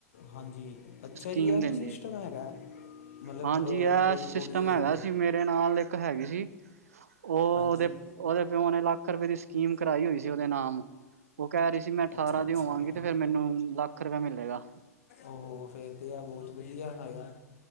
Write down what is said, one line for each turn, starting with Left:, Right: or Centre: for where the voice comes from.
Left: ਹਾਂਜੀ, ਅੱਛਾ
Right: ਸਕੀਮ
Left: ਜੀ। ਇਹ
Right: ਦਿੰਦੀ
Left: ਵੀ ਸਿਸਟਮ
Right: ਏ
Left: ਹੈਗਾ? ਮਤਲਬ
Right: ਹਾਂਜੀ
Left: ਅਹ
Right: ਇਹ
Left: ਕੋਈ
Right: ਸਿਸਟਮ
Left: ਕੁੜੀ ਹੋਏ
Right: ਹੈਗਾ
Left: ਤੇ?
Right: ਸੀ ਮੇਰੇ ਨਾਲ ਇੱਕ ਹੈਗੀ ਸੀ ਉਹ ਉਹਦੇ
Left: ਹਾਂਜੀ
Right: ਉਹਦੇ ਪਿਓ ਨੇ ਲੱਖ ਰੁਪਏ ਦੀ ਸਕੀਮ ਕਰਾਈ ਹੋਈ ਸੀ ਉਹਦੇ ਨਾਮ ਉਹ ਕਹਿ ਰਹੀ ਸੀ ਕਿ ਮੈਂ ਅਠਾਰਾਂ
Left: ਅੱਛਾ ਅੱਛਾ
Right: ਦੀ ਹੋਵਾਂਗੀ ਤੇ ਫਿਰ ਮੈਨੂੰ ਲੱਖ ਰੁਪਿਆ ਮਿਲੇਗਾ।
Left: ਉਹ ਫੇਰ ਤੇ ਆ ਬਹੁਤ ਵਧੀਆ ਐਗਾ।